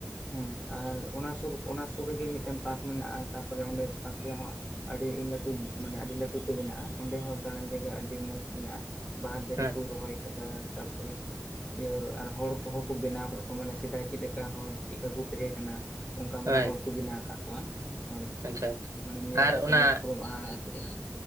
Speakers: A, on the left; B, on the right.
A: ᱦᱮᱸ ᱟᱨ ᱚᱱᱟ ᱥᱩᱨ ᱚᱱᱟ ᱥᱩᱨ ᱨᱮᱜᱮ ᱢᱤᱫᱴᱮᱱ ᱯᱟᱨᱠ ᱢᱮᱱᱟᱜᱼᱟ ᱛᱟᱯᱚᱨᱮ ᱚᱸᱰᱮ ᱯᱟᱨᱠ ᱨᱮᱦᱚᱸ ᱟᱹᱰᱤ ᱞᱟᱹᱴᱩ ᱢᱟᱱᱮ ᱟᱹᱰᱤ ᱞᱟᱹᱴᱩᱛᱮ ᱢᱮᱱᱟᱜᱼᱟ, ᱚᱸᱰᱮ ᱦᱚᱸ ᱫᱟᱬᱟᱱ ᱡᱟᱭᱜᱟ ᱟᱹᱰᱤ ᱢᱚᱸᱡᱽ ᱢᱮᱱᱟᱜᱼᱟ᱾ ᱵᱟᱦᱟ ᱫᱟᱨᱮ
B: ᱦᱳᱭ
A: ᱠᱚ ᱨᱚᱦᱚᱭ ᱠᱟᱫᱟ ᱛᱟᱯᱚᱨᱮ᱾ ᱤᱭᱟᱹ ᱟᱨ ᱦᱚᱲ ᱠᱚᱦᱚᱸ ᱠᱚ ᱵᱮᱱᱟᱣ ᱠᱟᱜ ᱠᱚᱣᱟ ᱢᱟᱱᱮ ᱥᱮᱫᱟᱭ ᱪᱮᱫ ᱞᱮᱠᱟ ᱦᱚᱲ ᱪᱮᱫᱠᱟ ᱠᱚ ᱛᱟᱦᱮᱸ ᱠᱟᱱᱟ᱾ ᱚᱱᱠᱟ ᱢᱟᱱᱮ
B: ᱦᱳᱭ
A: ᱦᱚᱲ ᱠᱚ ᱵᱮᱱᱟᱣ ᱠᱟᱫ ᱠᱚᱣᱟ, ᱦᱳᱭ
B: ᱟᱪᱪᱷᱟ ᱟᱪᱪᱷᱟ
A: ᱢᱟᱱᱮ ᱧᱮᱞ
B: ᱟᱨ
A: ᱠᱟᱛᱮ
B: ᱚᱱᱟ
A: ᱢᱟᱱᱮ ᱯᱩᱨᱟᱹ ᱦᱟᱦᱟ <inaudible>